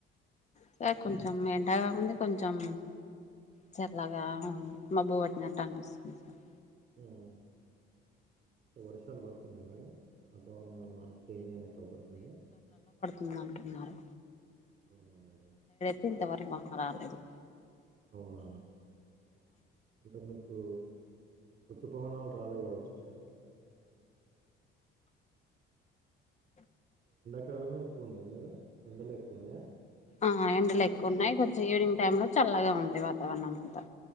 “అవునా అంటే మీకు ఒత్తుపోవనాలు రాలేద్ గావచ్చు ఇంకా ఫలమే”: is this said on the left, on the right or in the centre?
Right